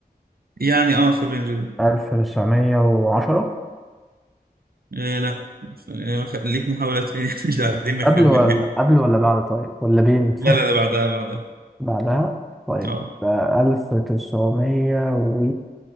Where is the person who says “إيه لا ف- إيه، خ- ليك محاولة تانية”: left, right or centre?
Right